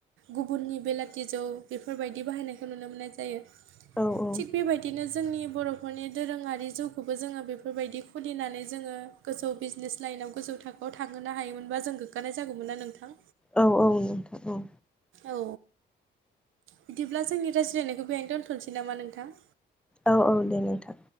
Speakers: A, on the right (about 80°); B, in the centre.
A: गुबुननि बेलाथि जौ बेफोरबायदि बाहायनायखौ नुनो मोननाय जायो।
B: औ औ
A: थिग बेबायदिनो जोंनि बर'फोरनि दोरोङारि जौखौबो जोङो बेफोरबायदि खुलिनानै जोङो गोजौ बिजनेस लाइनाव गोजौ थाखोआव थांहोनो हायोमोनबा जों गोग्गानाय जागौमोन ना नोंथां?
B: औ औ नोंथां औ।
A: औ बिदिब्ला जोंनि राय्लायनायखौ बेहायनो दोनथ'नोसै नामा नोंथां?
B: औ औ दे नोंथां।